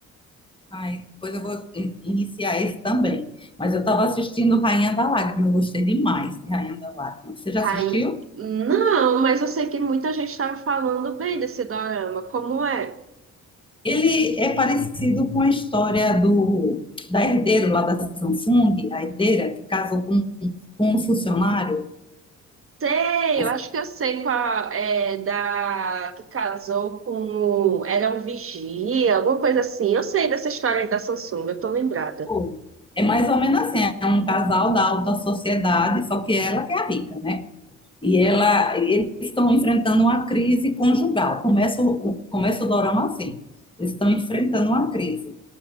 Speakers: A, on the left (about 15°); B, on the right (about 45°).
A: Aí depois eu vou in- iniciar esse também. Mas eu estava assistindo Rainha da Lágrima. Eu gostei demais de Rainha da Lágrima. Você já
B: Aí,
A: assistiu?
B: não, mas eu sei que muita gente estava falando bem desse dorama, como é?
A: Ele é parecido com a história do da herdeira lá da Samsung, a herdeira que casou com, com um funcionário
B: Sei,
A: da
B: eu acho que eu sei qual é da que casou com o- era um vigia, alguma coisa assim. Eu sei dessa história aí da Samsung, eu tô lembrada.
A: Samsung. É mais ou menos assim, é um casal da alta sociedade, só que ela que é a rica, né? E ela, eles estão enfrentando uma crise conjugal. Começa o, começa o dorama assim. Eles estão enfrentando uma crise.